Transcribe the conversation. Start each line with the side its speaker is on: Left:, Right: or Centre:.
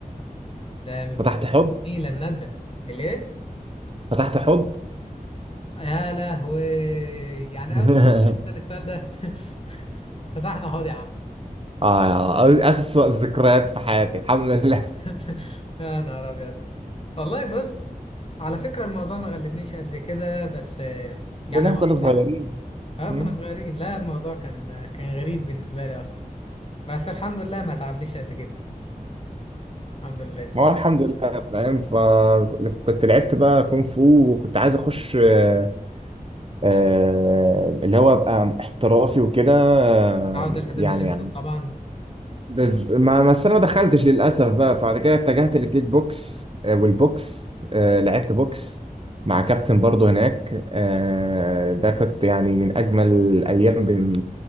Left: ده من الذكريات
Right: فتحت حب
Left: الجميلة النادرة ليه؟
Right: فتحت حب
Left: يا لهوي يعني
Right: <laughs>
Left: اول ما اتقابلت السؤال ده <laughs> فتحنا حوض يا عم
Right: اه اسوأ ذكريات في حياتي الحمد لله
Left: <laughs> يا نهار ابيض والله بص على فكره الموضوع ما غلبنيش قد كده بس آه، يعني
Right: لان احنا
Left: هو
Right: كنا
Left: بصراحه
Right: صغيرين
Left: اه
Right: مم.
Left: كنا صغيرين لا الموضوع كان كان غريب بالنسبه لي اصلا بس الحمد لله ما تعبنيش قد كده الحمد لله
Right: ما هو الحمد لله فاهم فكنت لعبت بقى كونغ فو وكنت عايز اخش آه، آه، اللي هو ابقى احترافي وكده آه،
Left: عاوز الحزام
Right: يعني
Left: الاسود طبعا
Right: بز- ما ما- بس انا ما دخلتش للاسف بقى فبعد كده اتجهت للكيك بوكس آه، والبوكس آه، لعبت بوكس مع كابتن برضه هناك آه، ده كنت يعني من اجمل الايام بن-